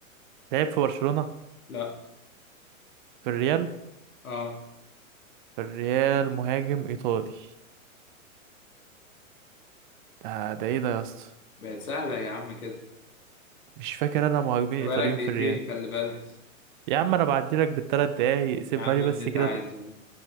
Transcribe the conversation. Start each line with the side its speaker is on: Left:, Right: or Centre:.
Right: لعب في برشلونة
Left: لا
Right: في الريال
Left: اه
Right: في الريال مهاجم ايطالي ده ده ايه ده يا اسطى
Left: بقت سهلة يا عم كده
Right: مش فاكر انا مهاجمين
Left: ده
Right: ايطاليين
Left: بقالك دقيقتين
Right: في الريال
Left: خلي بالك
Right: يا عم انا بعدي لك بالثلاث دقايق سيبها
Left: يا عم
Right: لي
Left: اللي
Right: بس
Left: انت
Right: كده
Left: عايزه